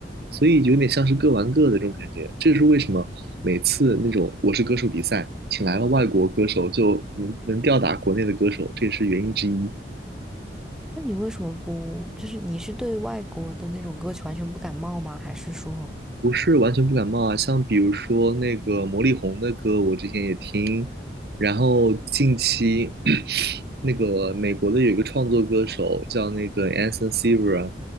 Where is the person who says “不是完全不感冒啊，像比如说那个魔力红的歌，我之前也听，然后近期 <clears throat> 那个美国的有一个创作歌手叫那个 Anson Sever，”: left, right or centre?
Right